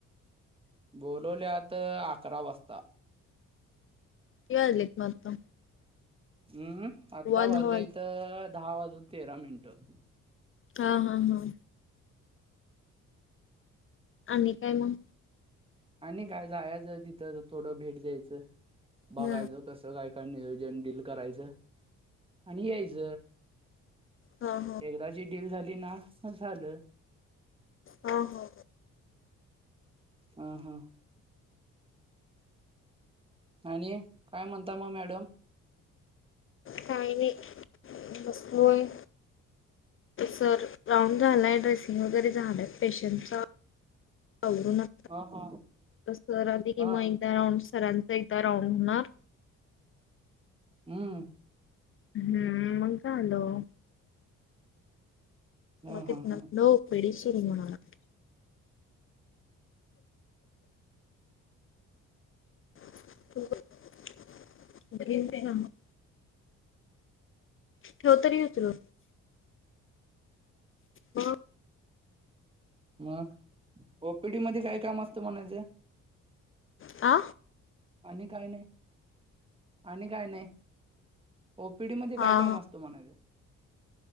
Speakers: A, on the right; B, on the left.
A: बोलवल्यात अकरा वाजता
B: येलीत मगत
A: हम्म आत्ता
B: दहा
A: वाले
B: वाजले
A: तर दहा वाजून तेरा मिनटं
B: हा हा हा आणि काय मग
A: आणि काय जायाचं तिथं थोडं भेट द्यायचं बघायचं
B: हम्म
A: कसं काय काय नियोजन डील करायचं आणि यायच
B: हा हा
A: एकदा ी डील झाली ना झालं
B: हो हो
A: ह, ह. आणि, काय म्हणता म मॅडम.
B: काही नाही, बसलोय. सर राऊंड झालाय ड्रेसिंग वगैरे झालाय पेशंटचा डू न
A: ह ह
B: सर आध
A: हा
B: मा राऊंड सरांचा एकदा राऊंड होणार
A: हम्म.
B: हम्म, मग का झाल?
A: हा
B: म
A: हा हा
B: नव <unintelligible> वेडसर म्हणा <inaudible> ते ह <inaudible> ठेवतरी होतल. ह.
A: म, ओपीडी मध्ये काय काम असतं, म्हणायचं.
B: आ.
A: आणि काय नाय, आणि काय नाय, ओपीडी मध्ये काय
B: हा
A: काम
B: हा
A: असतं. त म्हणायच.